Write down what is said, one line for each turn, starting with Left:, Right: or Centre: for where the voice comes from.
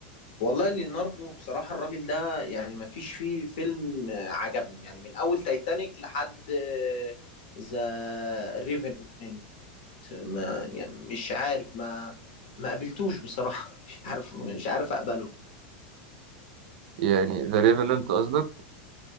Left: والله ليوناردو بصراحة الراجل ده يعني ما فيش فيه فيلم آه، عجبني يعني من أول تايتانيك لحد ذا ريفننت ما يعني مش عارف ما ما قبلتوش بصراحة <laughs> مش عارف مش عارف أقبله
Right: يعني ذا ريفننت قصدك